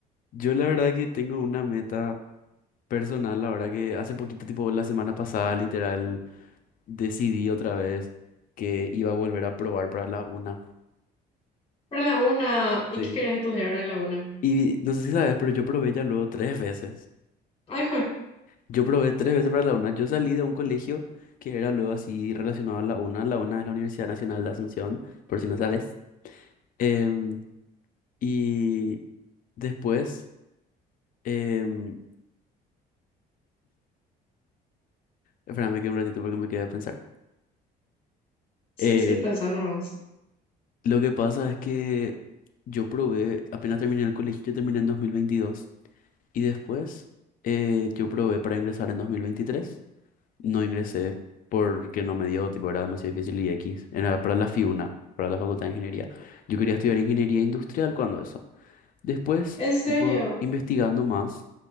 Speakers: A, on the left; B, on the left.
A: yo la verdad que tengo una meta personal, la verdad que hace poquito, tipo la semana pasada, literal, decidí otra vez que iba a volver a probar para la una.
B: Pero la una, ¿y
A: Sí.
B: qué querés estudiar en la una?
A: Y no sé si sabes, pero yo probé ya luego tres veces.
B: Ay, jue.
A: Yo probé tres veces para la UNA. Yo salí de un colegio que era luego así relacionado a la UNA. La UNA es la Universidad Nacional de Asunción, por si no sabes. Em, y después, em, espérame que un ratito porque me quedé a pensar.
B: Sí,
A: Em,
B: sí, pensá nomás.
A: lo que pasa es que yo probé, apenas terminé el colegio, yo terminé en dos mil veintidós Y después eh, yo probé para ingresar en dos mil veintitrés No ingresé porque no me dio, tipo, era demasiado difícil y X. Era para la FIUNA, para la Facultad de Ingeniería. Yo quería estudiar ingeniería industrial cuando eso. Después,
B: ¿En serio?
A: tipo, investigando más,